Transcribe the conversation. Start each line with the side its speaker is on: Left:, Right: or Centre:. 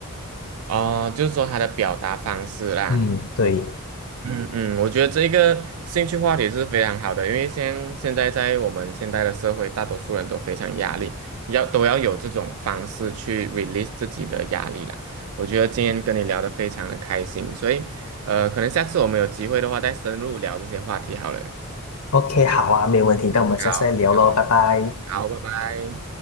Right: 哦，就是说他的表达方式啦，
Left: 嗯，对
Right: 嗯嗯，我觉得这个兴趣话题是非常好的，因为现现在在我们现代的社会，大多数人都非常压力，要都要有这种方式去 release 自己的压力啦。我觉得今天跟你聊得非常的开心，所以呃，可能下次我们有机会的话再深入聊这些话题好了。
Left: ，OK，好啊，没有问题，那我们下次再聊喽，
Right: 好，好，
Left: 拜拜。
Right: 好，拜拜。